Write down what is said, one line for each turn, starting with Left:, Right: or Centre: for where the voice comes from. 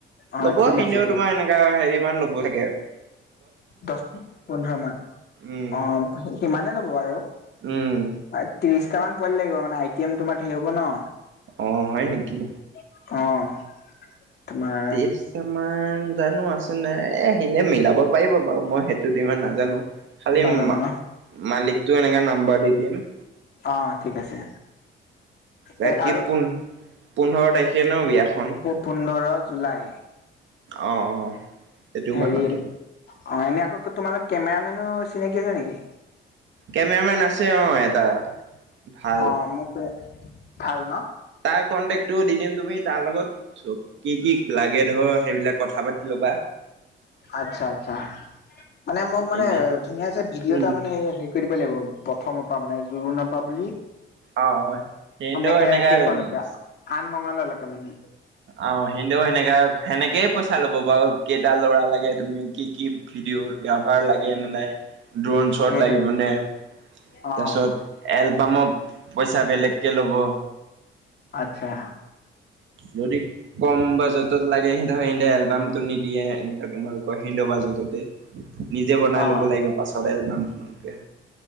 Left: অ'
Right: লব
Left: ঠিক
Right: সিহঁতেও
Left: আছে ঠিক
Right: তোমাৰ
Left: আছে।
Right: এনেকা হেৰি মান ল'ব লাগে আৰু
Left: দহ পোন্ধৰ মান
Right: উম
Left: অ সিমানে ল'ব বাৰু
Right: উম
Left: ত্ৰিশটা মান পোৱালি লাগিব মানে আইটেম তোমাৰ ধেৰ হ'ব ন
Right: অ হয় নেকি?
Left: অ তোমাৰ
Right: তেজ আমাৰ জানো আছে নাই এ সিহঁতে মিলাব পাৰিব বাৰু মই সেইটো দি ইমান নাজানো খালি
Left: নাজানো
Right: মালিকটো এনেকা নাম্বৰ দি দিম।
Left: অ ঠিক আছে।
Right: বাকী
Left: এ আৰু
Right: পোন-পোন্ধৰ তাৰিখে ন বিয়াখন।
Left: পোন্ধৰ জুলাই
Right: অ-অ এইটো
Left: হেৰি
Right: মাহতে।
Left: অ এনেই আকৌ তোমালোক কেমেৰা মেনো চিনাকি আছে নেকি?
Right: কেমেৰা মেন আছে অ এটা। ভাল
Left: অ মোক ভাল ন।
Right: তাৰ কন্টেক্টটো দি দিম তুমি তাৰ লগত চব কি কি লাগে ধৰ সেইবিলাক। কথা পাতি ল'বা।
Left: আচ্ছা-আচ্ছা মানে মোক মানে
Right: এনে
Left: ধুনীয়া ভিডিঅ'
Right: উম
Left: এটা মানে। কৈ দিব লাগিব প্ৰথমৰ পা মানে জোৰোণৰ পা বুলি।
Right: অ অ সিহঁতেও
Left: এনেকে
Right: এনেকা
Left: শেষলৈকে আৰু আঠ মংসলালৈকে মানে।
Right: আহ সিহঁতেও সেনেকা-সেনেকেই পইচা ল'ব বাৰু কেইটা লৰা লাগে তুমি কি কি? ভিদিউৰ গাভাৰ লাগে নে নাই। ড্ৰন শ্বট
Left: সেইটোতো
Right: লাগিব নে তাৰপিছত
Left: অ
Right: এল বাম পইচা বেলেগকে ল'ব।
Left: আচ্ছা
Right: যদি কম বাজেতত লাগে সি এলবামটো নিদিয়ে এনেকা তোমালোকৰ সেন্দ নিজে বনাই
Left: অ
Right: ল'ব লাগিব পাছত এলবাম তোমালোকে।